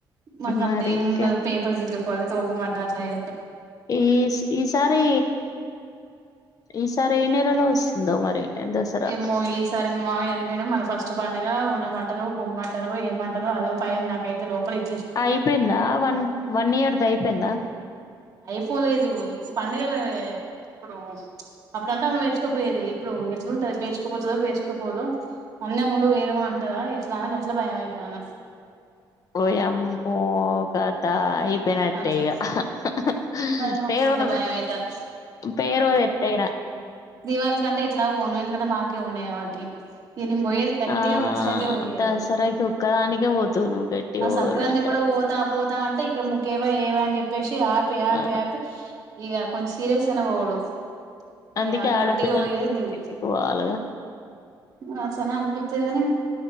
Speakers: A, on the right (about 45°); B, on the left (about 45°).
A: మాక
B: మరి
A: అంత ఏం
B: ఇంకా
A: ఉండవ్ పేపర్స్ దిద్దుకోవాలి తోకమట్ట అట్లా ఏ
B: ఈ ఈసారి ఈసారి ఏ నెలలో వస్తుందో మరి దసరా
A: ఏమో ఈ సారి మా మామయ్యా చనిపోయిండు మన ఫస్ట్ <unintelligible> పండగా ఉండమంటరో పొమ్మంటరో ఏమంటరో అదో భయం నాకైతే లోపల ఇ
B: అయిపోయిందా వన్ వన్ ఇయర్ ది అయిపోయిందా
A: అయిపోలేదు <unintelligible> పండగలే ఇప్పుడు అప్పుడు అంటే ఆమె పేర్చుకపోయేది ఇప్పుడు ఎట్లుంటది పేర్చుకపోతదో పేర్చుకపోదు అన్నే ఉండు <unintelligible> అంటే అంటదా ఎట్లా గట్లా భయం అయితాంది నాకు
B: <unintelligible> <unintelligible> అయిపోయినట్టే
A: అట్లా
B: ఇగా <unintelligible>
A: అది నాకు ఫుల్ భయం అయితాంది
B: పేర్వది ఎట్టయినా
A: దీవాలి కంటే ఎట్లాగూ పోను ఎందుకంటే మాకే ఉన్నాయి కాబట్టి ఇగ నేను పోయేది గట్టిగా
B: ఆ
A: దసరకే పోయ్యేది
B: దసరాకి ఒక్కదానికే పోతువు నువ్వు గట్టిగా
A: ఆ
B: పోవుడంటే
A: సంక్రాంతి కూడా పోతా పోతా అంటే ఇక్కడ ముగ్గేయవా <unintelligible> చెప్పేసి ఆపి ఆపి
B: ఆ
A: ఆపి ఇగ కొంచం సీరియస్గనే పోవుడు
B: అందుకే
A: ఇగా
B: ఆడపిల్లలు
A: గట్టిగ పోయేది <unintelligible>
B: ఎక్కువ వాళ్ళుగా
A: <unintelligible> అనిపిచ్చేది గని